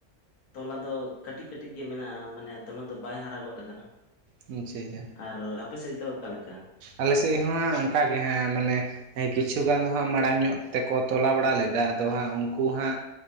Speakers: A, on the left; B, on the right.
A: ᱛᱚᱞᱟ ᱫᱚ ᱠᱟᱹᱴᱤᱡ ᱠᱟᱹᱴᱤᱡ ᱜᱮ ᱢᱮᱱᱟᱜᱼᱟ ᱢᱟᱱᱮ ᱫᱚᱢᱮ ᱫᱚ ᱵᱟᱭ ᱦᱟᱨᱟ ᱜᱚᱫ ᱟᱠᱟᱱᱟ ᱾
B: ᱢᱤᱪᱷᱮ ᱜᱮᱭᱟ
A: ᱟᱨ ᱟᱯᱮ ᱥᱮᱡ ᱫᱚ ᱚᱠᱟᱮᱠᱟ?
B: ᱟᱞᱮ ᱥᱮᱫ ᱦᱚᱸ ᱚᱱᱠᱟᱜᱮ ᱦᱮᱸ ᱢᱟᱱᱮ ᱠᱤᱪᱷᱩ ᱜᱟᱱ ᱫᱚ ᱦᱟᱸᱜ ᱢᱟᱲᱟᱝ ᱧᱚᱜ ᱛᱮᱠᱚ ᱛᱚᱞᱟ ᱵᱟᱲᱟ ᱞᱮᱫᱟ ᱟᱫᱚ ᱦᱟᱸᱜ ᱩᱱᱠᱩ ᱦᱟᱸᱜ